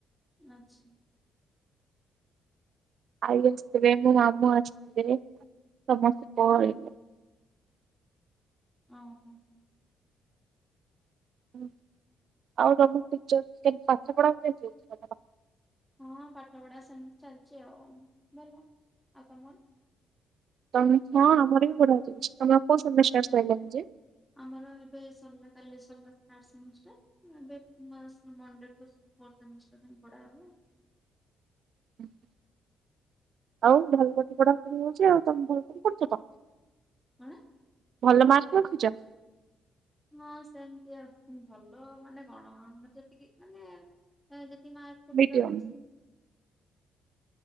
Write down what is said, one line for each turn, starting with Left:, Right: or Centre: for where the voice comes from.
Centre: ଆଚ୍ଛା।
Right: ଆଈ ଆସିଥିବେ ମୋ ମାମୁଁ ଆସିଥିବେ ସମସ୍ତେ ପଳେଇଲେ।
Centre: ଓ ହୋ।
Right: <unintelligible>
Centre: ହଁ ପାଠ ପଢା ସେମିତି ଚାଲିଛି ଆଉ ଭଲ ଆଉ ତମର।
Right: ତ ହଁ ଆମର ବି ବଢିହା ଚାଲିଛି ତମେ କଉ ସେମିଷ୍ଟର ସହିଲଣି ଯେ
Centre: ଆମର ଏବେ ସରିଲା କାଲି ସରିଲା ଥିର୍ଡ ସେମିଷ୍ଟର ଏବେ ମଣ୍ଡେଠୁ। ଫୋର୍ଥ ସେମିଷ୍ଟର ପାଇଁ ପଢ଼ା ହବ
Right: <unintelligible> ଆଉ ଭଲ ପାଠ ପଢା ପଢି ହଉଛି ଆଉ ତମେ ଭଲ କ କରୁଛ ତ
Centre: କଣ?
Right: ଭଲ ମାର୍କ ରଖୁଛ।
Centre: ହଁ ସେମିତି ଆ ଭଲ ମାନେ କଣ ଆ ଯେତିକି ମାନେ। ତି ମାର୍କ ପୁତି
Right: ମିଡିୟମ
Centre: ବ ତ।